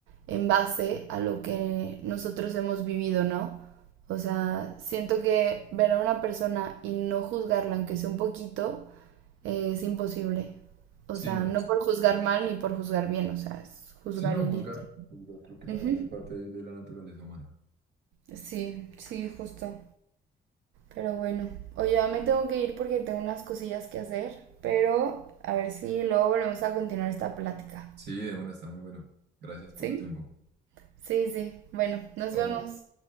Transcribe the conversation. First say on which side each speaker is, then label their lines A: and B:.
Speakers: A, on the right; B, on the right.
A: en base a lo que nosotros hemos vivido, ¿no? O sea, siento que ver a una persona y no juzgarla, aunque sea un poquito, eh, es imposible. O
B: Sí,
A: sea,
B: no.
A: no por juzgar mal ni por juzgar bien, o sea, es juzgar
B: Sí, no,
A: y
B: juzgar.
A: listo.
B: Juzgar creo que también
A: Ujú.
B: hace parte de, de la naturaleza humana.
A: Sí, sí, justo. Pero bueno, oye, ya me tengo que ir porque tengo unas cosillas que hacer, pero a ver si luego volvemos a continuar esta plática.
B: Sí, de una, está muy bueno. Gracias por
A: ¿Sí?
B: tu tiempo.
A: Sí, sí. Bueno, nos
B: Chao.
A: vemos.